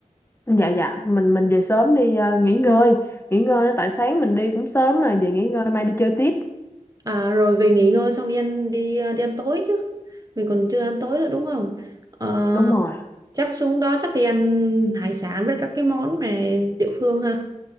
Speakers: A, on the left; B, on the right.
A: dạ dạ, mình mình về sớm đi à, nghỉ ngơi, nghỉ ngơi tại sáng mình đi cũng sớm mà về nghỉ ngơi mai đi chơi tiếp.
B: à, rồi về nghỉ ngơi xong đi ăn đi ờ, đi ăn tối chứ mình còn chưa ăn tối nữa đúng không Ờ,
A: Đúng rồi.
B: chắc xuống đó chắc đi ăn hải sản với các cái món mà địa phương ha